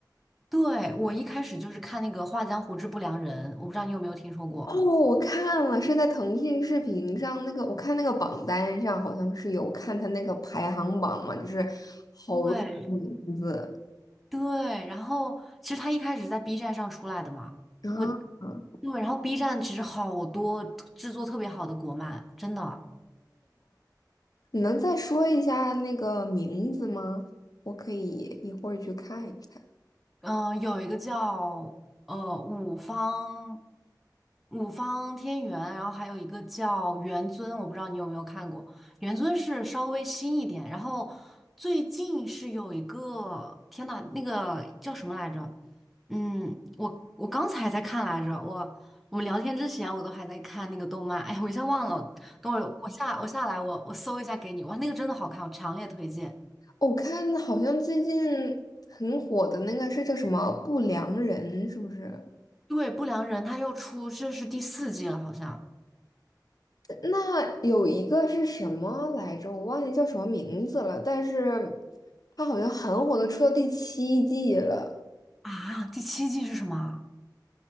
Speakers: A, in the centre; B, on the left.
A: 对，我一开始就是看那个《画江湖之不良人》，我不知道你有没有听说过。
B: 哦，我看了，是在腾讯视频上那个，我看那个榜单上好像是有看他那个排行榜嘛，就是好多好多名字
A: 对，对，然后其实他一开始在 B 站上出来的嘛，
B: 啊
A: 我
B: 啊！
A: 对，然后 B 站其实好多制作特别好的国漫，真的，
B: 你能再说一下那个名字吗？我可以一会儿去看一看。
A: 嗯、有一个叫呃五方五方天元，然后还有一个叫元尊，我不知道你有没有看过，元尊是稍微新一点，然后最近是有一个，天呐，那个叫什么来着？嗯，我我刚才还在看来着，我我们聊天之前我都还在看那个动漫，哎呀，我一下忘了，等会儿我下我下来我我搜一下给你，哇，那个真的好看，我强烈推荐。
B: 哦我看好像最近很火的那个是叫什么《不良人》，是不是？
A: 对，不良人他又出，这是第四季了，好像
B: 那有一个是什么来着？我忘记叫什么名字了，但是它好像很火的，出到第七季了，
A: 啊，第七季是什么啊？